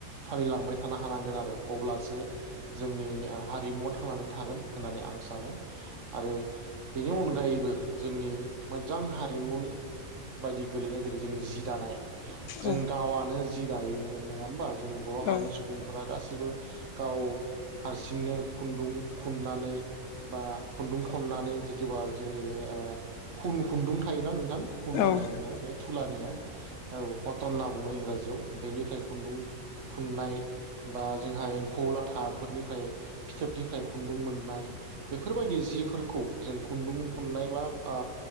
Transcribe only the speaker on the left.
औ
औ
औ